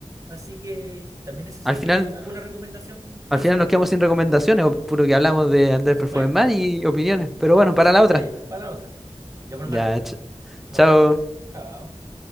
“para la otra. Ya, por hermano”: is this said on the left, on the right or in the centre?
Right